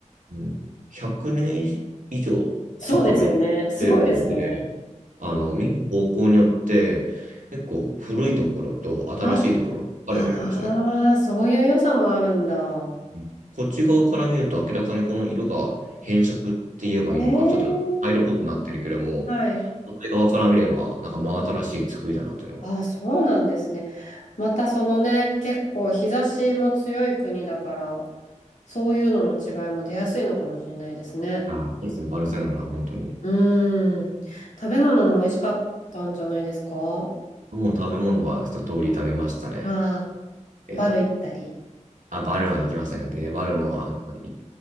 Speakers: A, on the right (about 85°); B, on the left (about 75°).
A: うん、100年以上
B: そうですよね。
A: ちょっとかけて
B: すごいですよね。
A: るんで、あの、見る方向によって、結構古いところと新しいところ分かれてるんですね。
B: あ、ああ、そういう良さもあるんだ。
A: うんこっち側から見ると明らかにこの色が変色って言えばいいのか、
B: ええ。
A: ちょっと灰色っぽくなってるけども、
B: はい。
A: 反対側から見れば、なんか真新しい作りだなっていうのが。
B: ああ、そうなんですね。またそのね、結構日差しも強い国だから、そういうのの違いも出やすいのかもしれないですね。
A: あそうですね、バルセロナは本当に。
B: うーん。食べ物も美味しかったんじゃないですか
A: もう食べ物は一通り食べましたね。
B: ああ、
A: えっと、
B: バル行ったり。
A: あ、バルは行きましたね。で、バルの、あの、い